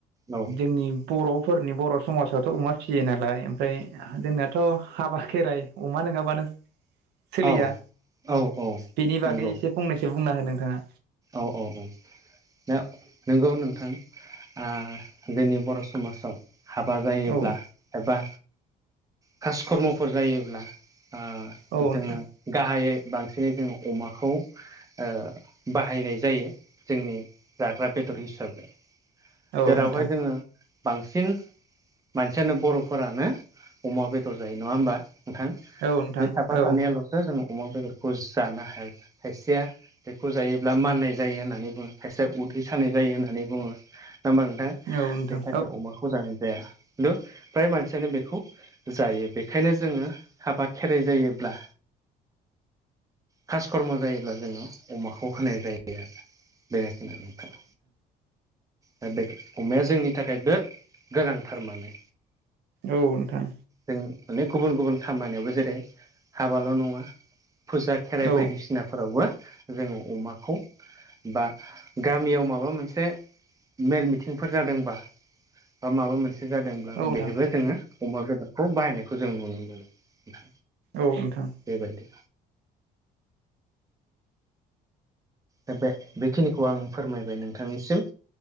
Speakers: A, on the right; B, on the right.
A: औ
B: जोंनि बर' फोरनि बर' समाजावथ' अमा फिसियो नालाय ओमफ्राय जोंनाथ' हाबा खेराइ अमा नङाबानो सोलिया
A: औ औ औ
B: बेनि
A: नंगौ
B: बागै एसे फंनैसो बुंना हो नोंथाङा
A: औ औ औ दा नोंगौ नोंथां आ जोंनि बर' समाजाव हाबा जायोब्ला
B: औ
A: एबा खासकर्म'फोर जायोब्ला ओ
B: औ
A: जोङो
B: नोंथां
A: गाहायै बांसिनै जोङो अमाखौ ओ बाहायनाय जायो जोंनि जाग्रा बेदर हिसाबै
B: औ
A: जेरावहाय
B: नोंथां
A: जोङो बांसिन मानसियानो बर'फोरानो अमा बेदर जायो नङा होमबा नोंथां
B: औ नोंथां
A: बे साफा
B: औ
A: सानैयाल'सो जों अमा बेदरखौ जानो हायाखै खायसेया खौ जायोब्ला माननाय जायो होननानै बुङो खायसेया उदै सानाय जायो होननानै बुङो नङा ओमबा नोंथां
B: नोंथां
A: बेनि थाखाय अमाखौ जानाय जाया खिन्थु फ्राय मानसियानो बेखौ जायो बेखायनो जोङो हाबा खेराइ जायोब्ला खास कर्म जायोब्ला जोङो अमाखौ होनाय जायो आरो बेखिनियानो नोंथां दा बेग अमाया जोंनि थाखाय बिराद गोनांथारमाने
B: औ नोंथां
A: जों अनेक गुबुन गुबुन खामानियावबो जेरै हाबाल' नङा फुसा खेराइ
B: औ नोंथां औ
A: बायदिसिनाफोरावबो जोङो अमाखौ बा गामियाव माबा मोनसे मेल मिथिंफोर जादोंबा बा माबा मोनसे जादों ब्ला
B: औ नोंथां
A: बेहायबो जोङो अमा बेदरखौ बाहायनायखौ जों नुनो मोनो
B: औ नोंथां
A: बेबायदि दा बे बेखिनिखौ आं फोरमायबाय नोंथांनिसिम